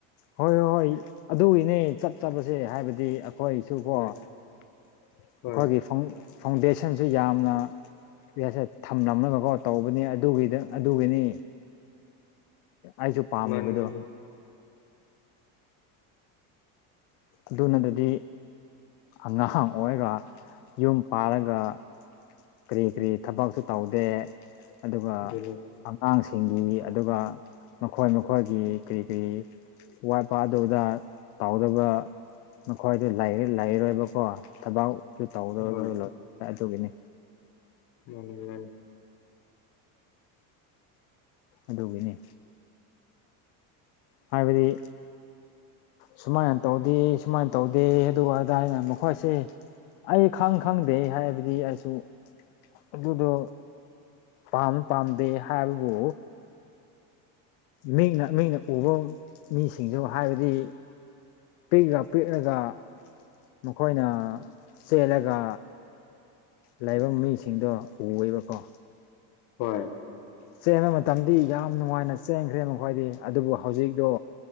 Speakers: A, on the left (about 70°); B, on the left (about 50°).
A: ꯍꯣꯏ ꯍꯣꯏ ꯍꯣꯏ ꯑꯗꯨꯒꯤꯅꯦ ꯆꯠꯇꯕꯁꯦ ꯍꯥꯏꯕꯗꯤ ꯑꯩꯈꯣꯏꯁꯨꯀꯣ
B: ꯍꯣꯏ
A: ꯑꯩꯈꯣꯏꯒꯤ
B: ꯍꯣꯏ
A: ꯐꯥꯎꯟꯗꯦꯁꯟꯁꯨ ꯌꯥꯝꯅ ꯄꯁꯦ ꯊꯝꯂꯝꯅꯒꯀꯣ ꯇꯧꯕꯅꯤ ꯑꯗꯨꯒꯤꯗꯪ ꯑꯗꯨꯒꯤꯅꯤ ꯑꯩꯁꯨ ꯄꯥꯝꯃꯤꯕꯗꯣ
B: ꯃꯥꯅꯤ ꯃꯥꯅꯤ
A: ꯑꯗꯨꯅ ꯑꯗꯨꯗꯤ ꯑꯉꯥꯡ ꯑꯣꯏꯔꯒ ꯌꯨꯝ ꯄꯥꯔꯒ ꯀꯔꯤ ꯀꯔꯤ ꯊꯕꯛꯁꯨ ꯇꯧꯗꯦ ꯑꯗꯨꯒ
B: ꯑꯗꯨꯅꯤ
A: ꯑꯉꯥꯡꯁꯤꯡꯒꯤ ꯑꯗꯨꯒ ꯃꯈꯣꯏ ꯃꯈꯣꯏꯒꯤ ꯀꯔꯤ ꯀꯔꯤ ꯋꯥꯠꯄ ꯑꯗꯨꯗ ꯇꯥꯎꯗꯕ ꯃꯈꯣꯏꯗ ꯂꯩꯔꯣꯏꯕꯀꯣ ꯊꯕꯛꯁꯨ ꯇꯧꯗꯗ
B: ꯍꯣꯏ
A: ꯑꯗꯨꯒꯤꯅꯤ
B: ꯎꯝ
A: ꯑꯗꯨꯒꯤꯅꯦ ꯍꯥꯏꯕꯗꯤ ꯁꯨꯃꯥꯏꯅ ꯇꯧꯗꯦ ꯁꯨꯃꯥꯏꯅ ꯇꯧꯗꯦ ꯑꯗꯨ ꯑꯣꯏꯗꯥ ꯑꯩꯅ ꯃꯈꯣꯏꯁꯦ ꯑꯩ ꯈꯪ ꯈꯪꯗꯦ ꯍꯥꯏꯕꯗꯤ ꯑꯩꯁꯨ ꯑꯗꯨꯗꯣ ꯄꯥꯝ ꯄꯥꯝꯗꯦ ꯍꯥꯏꯕꯕꯨ ꯃꯤꯅ ꯃꯤꯅ ꯎꯕ ꯃꯤꯁꯤꯡꯗꯨ ꯍꯥꯏꯕꯗꯤ ꯄꯦꯒꯥ ꯄꯦꯒ ꯃꯈꯣꯏꯅ ꯆꯦꯜꯂꯒ ꯂꯥꯏꯕ ꯃꯤꯁꯤꯡꯗꯣ ꯎꯋꯦꯕꯀꯣ
B: ꯍꯣꯏ
A: ꯆꯦꯟꯕ ꯃꯇꯝꯗꯤ ꯌꯥꯝ ꯅꯨꯡꯉꯥꯏꯅ ꯆꯦꯟꯈ꯭ꯔꯦ ꯃꯈꯣꯏꯗꯤ ꯑꯗꯨꯕꯨ ꯍꯧꯖꯤꯛꯇꯛꯇꯣ